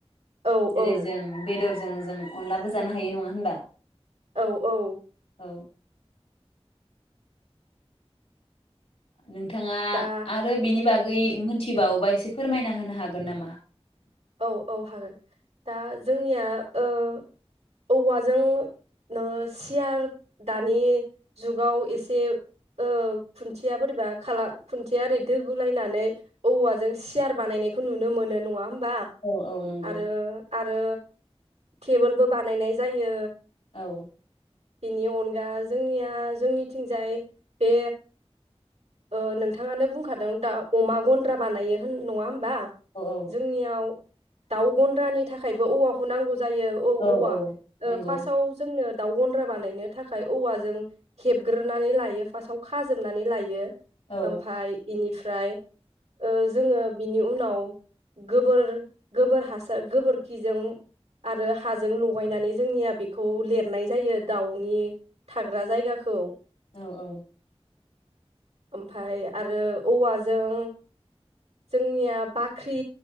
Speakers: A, on the right (about 85°); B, on the left (about 80°).
A: औ
B: जेरै
A: औ
B: जों बेदर जों जों अनलाबो जानो हायो नंङा होनबा ।
A: औ औ
B: औ नोंथाङा
A: दा
B: आरो बिनि बागै गै मोनथिबावोबा एसे फोरमायना होनो हागोन नामा
A: औ औ हागोन दा जोंनिया ओह औवाजों नोङो सियार दानि जुगाव एसे ओह खुन्थिया बोरैबा खाला खुन्थिया ओरै दोगुलायनानै औवाजों सियार बानायनायखौ नुनो मोनो नङा होमबा
B: औ औ नोंगौ
A: आरो आरो थेबोलबो बानायनाय जायो
B: औ
A: बिनि अनगा जोंनिया जोंनिथिंजाय बे ओह नोंथाङानो बुंखादों दा अमा गन्द्रा बानायो होन नङा होमबा
B: औ औ
A: जोंनियाव दाउ गन्द्रानि थाखायबो औवाखौ नांगौ जा जायो औ-औवा
B: औ औ नंगौ
A: ओह फासाव जोंनो दाउ गन्द्रा बानायनो थाखाय औवाजों हेबग्रोनानै लायो फासाव खाजोबनानै लायो
B: औ
A: ओमफाय इनिफ फ्राय ओह जोङो बिनि उनाव गोबोर गोबोर हासार गोबोरखिजों आरो हाजों लगायनानै जोंनिया बेखौ लिरनाय जायो दाउनि थाग्रा जायगाखौ
B: औ औ
A: ओमफाय आरो औवाजों जोंनिया बाख्रि